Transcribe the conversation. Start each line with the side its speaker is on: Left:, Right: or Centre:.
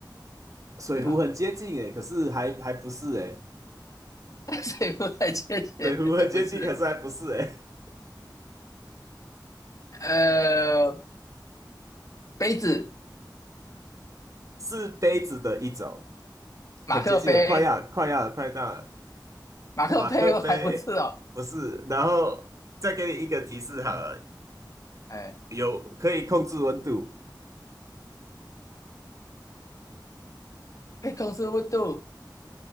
Right: 水壶很接近诶，
Left: 是吗？
Right: 可是还还不是诶，
Left: <laughs> 水壶很浅显的，
Right: 水壶很接近，
Left: 不是？
Right: 可是还不是诶，
Left: 呃，杯子，
Right: <laughs> 是杯子的一种，
Left: 马克杯，
Right: 很接近了，快要了快要了快到了
Left: 马克杯我还不是哦。
Right: 马克杯不是，然后再给你一个提示好了，
Left: 哎，
Right: 有可以控制温度，
Left: 哎，控制温度，